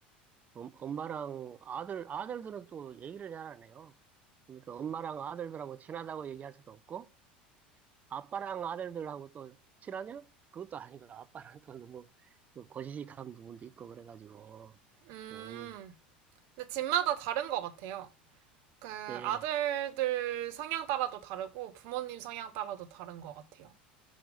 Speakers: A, on the right; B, on the right.
A: 엄- 엄마랑 아들, 아들들은 또 얘기를 잘 안 해요. 그러니까 엄마랑 아들들하고 친하다고 얘기할 수도 없고, 아빠랑 아들들하고 또 친하냐? 그것도 아니고 아빠랑 또 너무 그 고지식한 부분도 있고 그래가지고
B: 음,
A: 음,
B: 근데 집마다 다른 것 같아요. 그 아들들
A: 예,
B: 성향 따라도 다르고 부모님 성향 따라도 다른 것 같아요.